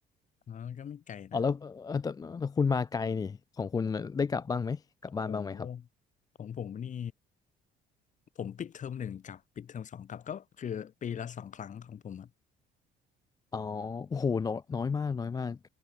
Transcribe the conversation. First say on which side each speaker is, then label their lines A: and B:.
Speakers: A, on the left; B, on the left.
A: อ๋อ ก็ไม่ไกลนะ
B: อ๋อแล้วเออแต่แต่คุณมาไกลนี่ของคุณได้กลับบ้างไหมกลับบ้านบ้างไหมครับ
A: โหของผมนี่ผมปิดเทอมหนึ่งกลับปิดเทอมสองกลับก็คือปีละสองครั้งของผมอ่ะ
B: อ๋อโอ้โหน้อยน้อยมากน้อยมาก